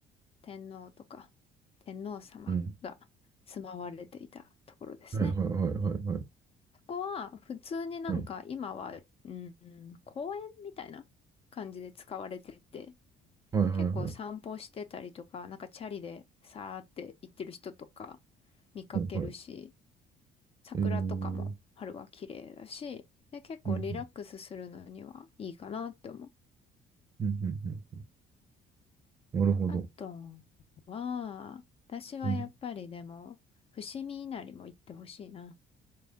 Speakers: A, on the left; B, on the right.
A: 天皇とか天皇様が住まわれていたところですね。
B: うんはいはいはいはいはい
A: そこは普通になんか今は、
B: はい、
A: うん、公園みたいな感じで使われてて、
B: はいはいはいは
A: 結構散歩してたりとか、なんかチャリでさーって行ってる人とか見かけるし、
B: いはい、
A: 桜とかも春は綺麗だし、
B: えー、
A: で、結構リラックスするのにはいいかなって思う。
B: うん、うん、うん、うん、なるほど。
A: あとは、私はやっぱりでも、
B: うん、
A: 伏見稲荷も行ってほしいな。